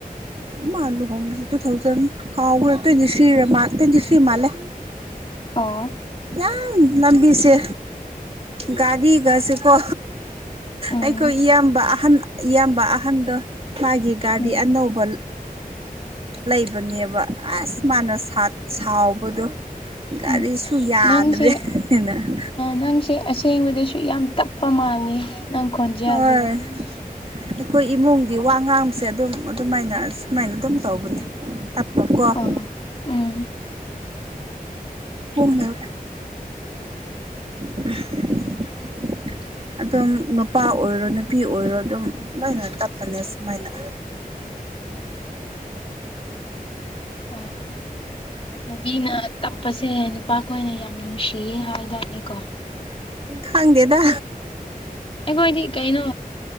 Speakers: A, on the right; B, on the left.
A: ꯃꯥ ꯂꯨꯍꯣꯡꯕꯁꯦ ꯇꯨ ꯊꯥꯎꯖꯟ ꯀꯥꯎꯈ꯭ꯔꯥ ꯇ꯭ꯋꯦꯟꯇꯤ ꯊ꯭ꯔꯤꯔ ꯇ꯭ꯋꯦꯟꯇꯤ ꯊ꯭ꯔꯤ ꯃꯥꯜꯂꯦ
B: ꯑ
A: ꯌꯥꯝ ꯂꯝꯕꯤꯁꯦ ꯒꯥꯔꯤꯒꯁꯤꯦꯀꯣ
B: ꯎꯝ
A: ꯑꯩꯈꯣꯏ ꯏꯌꯥꯝꯕ ꯑꯍꯟ ꯏꯌꯥꯝꯕ ꯑꯍꯟꯗ ꯃꯥꯒꯤ ꯒꯥꯔꯤ
B: ꯎꯝ
A: ꯑꯅꯧꯕ ꯂꯩꯕꯅꯦꯕ ꯑꯁ ꯃꯥꯅ ꯁꯥꯠ ꯁꯥꯎꯕꯗꯣ ꯒꯥꯔꯤꯁꯨ
B: ꯎꯝ
A: ꯌꯥꯗ꯭ꯔꯦ
B: ꯅꯪꯁꯦ
A: ꯀꯅ <inaudible>
B: ꯅꯪꯁꯦ ꯑꯁꯦꯡꯕꯥꯗꯁꯨ ꯌꯥꯝ ꯇꯞꯄꯥ ꯃꯥꯜꯂꯦ ꯅꯪ ꯈꯣꯟꯖꯦꯜ
A: ꯍꯣꯏ
B: ꯗꯨꯗꯥ
A: ꯑꯩꯈꯣꯏ ꯏꯃꯨꯡꯗꯤ ꯋꯥ ꯉꯥꯡꯕꯁꯦ ꯑꯗꯨꯝ ꯑꯗꯨꯃꯥꯏꯅ ꯁꯨꯃꯥꯏꯅ ꯑꯗꯨꯝ ꯇꯧꯕꯥꯅꯦ ꯇꯥꯛꯄꯣꯛꯀꯣ <inaudible>
B: ꯑꯥ ꯎꯝ
A: ꯍ꯭ꯔ <inaudible> <unintelligible> ꯑꯗꯨꯝ ꯅꯨꯄꯥ ꯑꯣꯏꯔꯣ ꯅꯨꯄꯤ ꯑꯣꯏꯔꯣ ꯑꯗꯨꯝ ꯂꯥꯏꯅ ꯇꯞꯄꯅꯦ ꯁꯨꯃꯥꯏꯅꯥ
B: ꯑꯣ <inaudible> ꯅꯨꯕꯤꯅ ꯇꯞꯄꯁꯦ ꯅꯨꯄꯥꯈꯣꯏꯅ ꯌꯥꯝ ꯅꯨꯡꯁꯤꯌꯦ ꯍꯥꯏꯗꯥꯏꯅꯦꯀꯣ
A: ꯈꯪꯗꯦꯗꯥ
B: ꯑꯩꯈꯣꯏꯗꯤ ꯀꯩꯅꯣ